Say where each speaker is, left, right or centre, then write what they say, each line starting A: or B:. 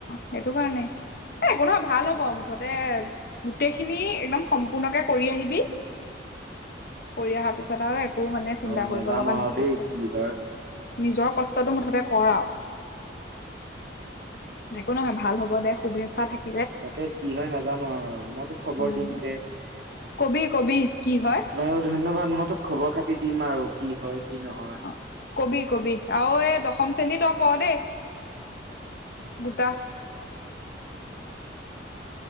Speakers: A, on the left; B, on the right.
A: সেইটো কাৰণে।
B: <inaudible>
A: এ একো নহয় ভাল হব, মুঠতে গোটেইখিনি একদম সম্পূৰ্ণকে কৰি আহিবি।
B: <inaudible>
A: কৰি অহাৰ পিছত আৰু একো মানে চিন্তা
B: অ
A: কৰিব
B: নাজানো
A: লগা নাথাকে
B: আৰু দেই কি হয়
A: নিজৰ কষ্টটো মুঠতে কৰা, একো নহয় ভাল হ'ব দে শুভেচ্ছা থাক
B: তাকে কি হয় নাজানো আৰু মই তোক খবৰ
A: উম
B: দিম দে।
A: কবি কবি কি হয়
B: বাৰু ধন্যবাদ মই তোক খবৰ-খাতি দিম আৰু কি হয়। কি নহয়
A: অ কবি-কবি আৰু এই দশম শ্ৰেণীত অ প দেই।
B: <inaudible>
A: গুটা
B: <inaudible>